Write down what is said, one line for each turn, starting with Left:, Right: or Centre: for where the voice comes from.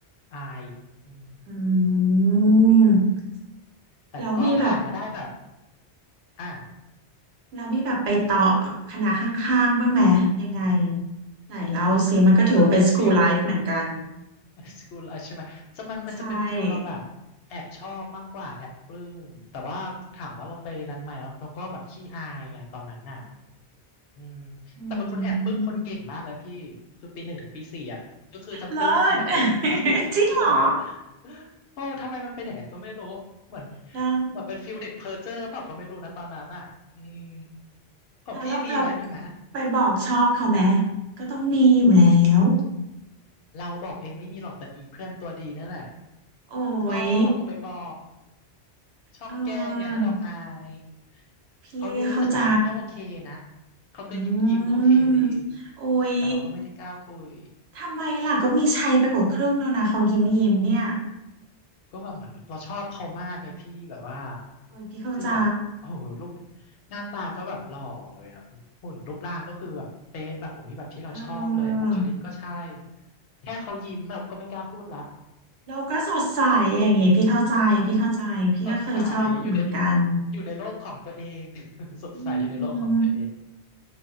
Left: อายอืม
Right: อืม
Left: แต่ก็ผ่านมาได้แบบ
Right: แล้วมีแบบ
Left: อ่ะ
Right: แล้วมีแบบไปต่อคณะข้างๆบ้างไหมยังไงไหนเล่าสิมันก็ถือว่าเป็นสกู
Left: มันจะเป็นฟิล
Right: l ไลฟ์เหมือนกัน
Left: <laughs> สกูลใช่ไหมจะมันมันจะเป็นฟิลเราแบบแอบชอบมากกว่าแอบปลื้มแต่ว่าถามว่าเราไปนั้นไหมแล้วเราก็แบบขี้อายไงตอนนั้นน่ะ
Right: ใช่
Left: อืม
Right: อื
Left: แต่เป็นคนแอบปลื้มคนเก่งมากเลยพี่คือปีหนึ่งถึงปีสี่อ่ะก็คือจะปลื้มทีละคนเปลี่ยน
Right: มเลิศ <laughs> จริงเหรอ
Left: <laughs> โอ้ทำไมมันเป็นอย่างนั้นก็ไม่รู้เหมือน
Right: แล้ว
Left: เหมือนเป็นฟิลเด็กเพอเจอร์เปล่าก็ไม่รู้นะตอนนั้นอ่ะอืมของพี่มีไหมมีไหม
Right: แล้วเราเราไปบอกชอบเขาไหมก็ต้องมีอยู่แล้ว
Left: เราบอกเองไม่มีหรอกแต่มีเพื่อนตัวดีนั่นแหละ
Right: โอ้ย
Left: ชอบเอาไปบอชอบแกล้งไงให้เราอาย
Right: เออพี่เข้าใจ
Left: เขารู้แต่แต่เขาก็โอเคนะเขาก็ยิ้มยิ้มโอเคดี
Right: อืมโอ้ย
Left: แต่เราก็ไม่ได้กล้าคุย
Right: ทำไมล่ะก็มีชัยไปกว่าครึ่งแล้วนะเขายิ้มยิ้มเนี่ย
Left: ก็แบบเหมือนเราชอบเขามากไงพี่แบบว่า
Right: โอ้ยพี่เข้าใจ
Left: คือแบบโอ้โหรูปหน้าตาก็แบบหล่อเลยอะหุ่นรูปร่างก็คือแบบเป๊ะแบบโอ้ยแบบที่เราชอบเลยอะบุคลิกก็ใช่
Right: เออ
Left: แค่เขายิ้มเราก็ไม่กล้าพูดละ
Right: แล้วก็สดใสอย่างงี้พี่เข้าใจพี่เข้าใจพี่ก็เคยชอบอยู่เหมือนกัน
Left: สดใสอยู่ใน <laughs> อยู่ในโลกของตัวเอง <laughs> สดใสอยู่ในโลกของตัวเอง
Right: อืม